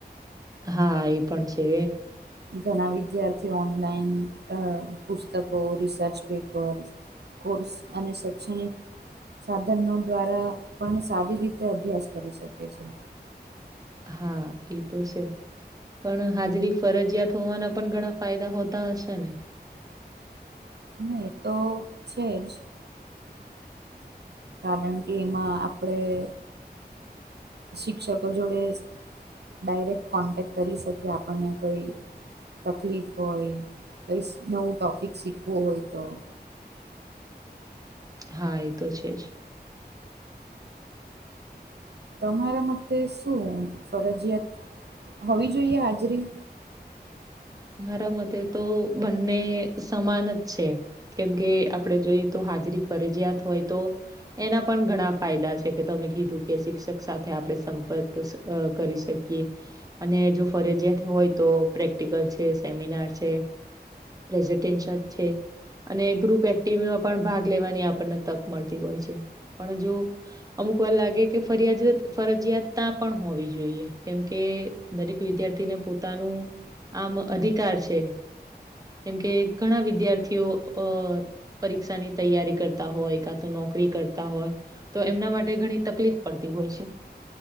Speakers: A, on the right (about 20°); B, on the right (about 75°).
A: હા એ પણ છે‌
B: ઘણા વિદ્યાર્થીઓ ઓનલાઈન અ પુસ્તકો રિસર્ચ પેપર કોર્સ અને શૈક્ષણિક સાધનો દ્વારા પણ સારી રીતે અભ્યાસ કરી શકે છે
A: હા એ તો સે પણ હાજરી ફરજીયાત હોવાના પણ ઘણા ફાયદા હોતા હશે ને
B: હ એ તો છે જ કારણ કે એમાં આપણેે શિક્ષકો જોડે ડાયરેક્ટ કોન્ટેક્ટ કરી શકીએ આપણને કંઈ તકલીફ હોય કંઈ નવું ટૉપિક શીખવું હોય તો
A: હા એ તો છે જ
B: તમારા મતે શું ફરજિયાત હોવી જોઈએ હાજરી
A: મારા મતે તો બંને સમાન જ છે કેમકે આપણેે જોઈએ તો હાજરી ફરજિયાત હોય તો એના પણ ઘણા ફાયદા છે કે તમે કીધું કે શિક્ષક સાથે આપણે સંપર્ક અ કરી શકીએ અને જો ફરજિયા હોય તો પ્રેક્ટિકલ છે સેમિનાર છે પ્રેઝિન્ટેશન છે. અને ગ્રુપ એક્ટિવમાં પણ ભાગ લેવાની આપણને તક મળતી હોય છે પણ જો અમુક વાર લાગે કે ફરિયાત ફરજિયાત તા પણ હોવી જોઈએ કેમકે દરેક વિદ્યાર્થીને પોતાનું આમ અધિકાર છે કેમકે ઘણા વિદ્યાર્થીઓ અ પરીક્ષા ની તૈયારી કરતા હોય કા તો નોકરી કરતા હોય તો એમના માટે ઘણી તકલીફ પડતી હોય છે